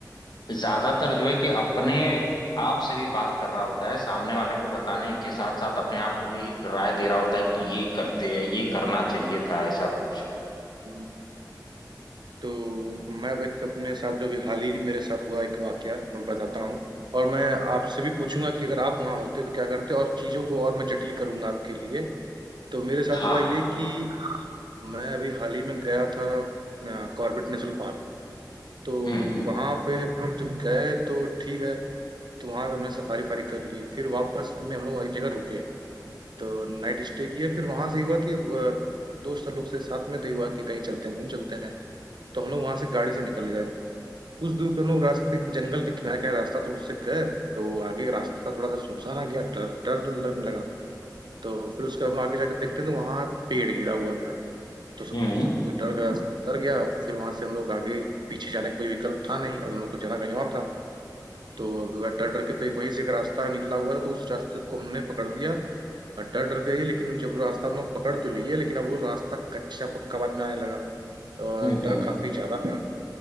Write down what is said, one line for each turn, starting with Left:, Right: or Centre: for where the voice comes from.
Left: ज्यादातर जो है कि अपने आप से भी बात कर रहा होता है सामने वाले को बताने
Right: हम्म,
Left: के साथ साथ अपने आप को भी राय दे रहा होता है कि ये करते या ये करना चाहिए था
Right: हम्म,
Left: ऐसा कुछ
Right: हम्म। तो मैं भाई अपने साथ जो भी हाल ही मेरे साथ हुआ एक वाकया मैं बताता हूँ और मैं आपसे भी पूछूंगा कि अगर आप वहां होते तो क्या करते और चीजों को और मैं जटिल करूंगा आपके लिए तो मेरे साथ
Left: हाँ
Right: हुआ ये कि मैं अभी हाल ही में गया था कॉर्बेट नेशनल पार्क तो
Left: हम्म हम्म
Right: वहां पे हम लोग जब गए तो ठीक है तो वहां पे हमने सफारी फारी कर ली फिर वापस में हम लोग एक जगह रुके तो नाइट स्टे किया फिर वहां से हुआ कि अब दोस्त लोग से साथ में तो हुआ कि कहीं चलते हैं घूम चलते हैं तो हम लोग वहां से गाड़ी से निकल गए कुछ दूर पे हम लोग रास्ते जंगल के किनारे का रास्ता तो उससे गए तो आगे रास्ता थोड़ा सा सुनसान आ गया डर डर लगने लगा तो फिर उसके बाद हम लोग आगे जाके देखते हैं तो वहां पेड़ गिरा हुआ था तो सबकी
Left: हम्म
Right: सब कोई डर गया सब डर गया और फिर वहां से हम लोग आगे पीछे जाने का कोई विकल्प था नहीं अब हम लोग को जाना कहीं और था तो डर डर के तो एक वहीं से एक रास्ता निकला हुआ था तो उस रास्ते को हमने पकड़ लिया और डर डर गए लेकिन जब रास्ता हम लोग पकड़ तो लिए लेकिन अब वो रास्ता कच्चा पक्का बाद में आने लगा और
Left: हम्म
Right: डर
Left: हम्म।
Right: काफी ज्यादा था